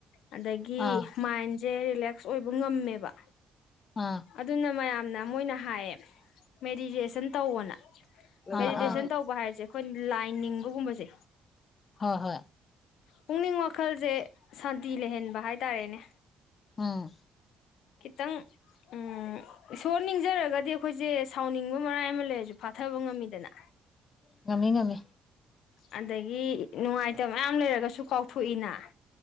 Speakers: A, on the left (about 75°); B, on the left (about 35°).
A: ꯑꯗꯒꯤ
B: ꯑꯥ
A: ꯃꯥꯏꯟꯁ ꯁꯦ ꯔꯤꯂꯦꯛꯁ ꯑꯣꯏꯕ ꯉꯝꯃꯦꯕ
B: ꯑꯥ
A: ꯑꯗꯨ ꯅ ꯃ ꯌꯥꯝꯅ ꯃꯣꯏꯅ ꯍꯥꯏꯌꯦ ꯃꯦꯗꯤꯇꯦꯁꯟ ꯇꯧꯕꯅ
B: ꯑꯥ
A: ꯃꯦꯗꯤꯇꯦꯁꯟ
B: ꯑꯥ
A: ꯇꯧꯕ ꯍꯥꯏꯔꯤꯁꯦ ꯑꯩꯈꯣꯏꯅ ꯂꯥꯏ ꯅꯤꯡꯕꯒꯨꯝꯕꯁꯦ
B: ꯍꯣꯏ ꯍꯣꯏ
A: ꯄꯨꯛꯅꯤꯡ ꯋꯥꯈꯜꯁꯦ ꯐꯤ ꯂꯩꯍꯟꯕ ꯍꯥꯏꯇꯥꯔꯦꯅꯦ
B: ꯑꯝ
A: ꯈꯤꯇꯪ ꯎꯝ ꯏꯁꯣꯔ ꯅꯤꯡꯖꯔꯒꯗꯤ ꯑꯩꯈꯣꯏꯁꯦ ꯁꯥꯎꯅꯤꯡꯕ ꯃꯔꯥꯏ ꯑꯃ ꯂꯩꯔꯁꯨ ꯐꯥꯊꯕ ꯉꯝꯃꯤꯗꯅ
B: ꯉꯝꯃꯤ ꯉꯃꯤ
A: ꯑꯗꯒꯤ ꯅꯨꯡꯉꯥꯏꯇꯕ ꯃꯌꯥꯝ ꯂꯩꯔꯒꯁꯨ ꯀꯥꯎꯊꯣꯛꯏꯅ